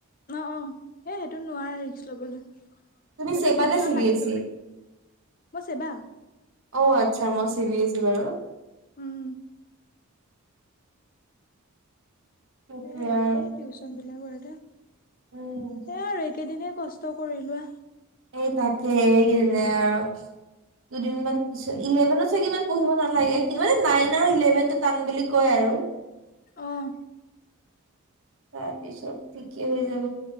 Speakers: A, on the left; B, on the right.
A: অ', - অ', সেই সেইটো নোৱাৰে ৰিক্স ল'বলৈ। সেইটো
B: তুমি চেবা
A: টিউচন
B: নে চি বি
A: লাগিব,
B: এছ ই
A: মই ছেবা।
B: অ, আচ্ছা, মই চি, বি, এচ, চি বাৰু।
A: উম,
B: সেইটোৱে
A: সে লাগেই,
B: আৰু
A: টিউচন বিলাকৰ
B: উম
A: সেয় আৰু। এইকেদিনেই কষ্ট কৰি লোৱা।
B: এই তাকেই, এই কেইদিনেই আৰু। দুদিনমান পিছত, ইলেভেনত চাগে ইমান পঢ়িব নালাগে, মানে নাইন আৰু ইলেভেনটো টান বুলি কয় আৰু।
A: অহ।
B: তাৰপিছত ঠিকেই হৈ যাব,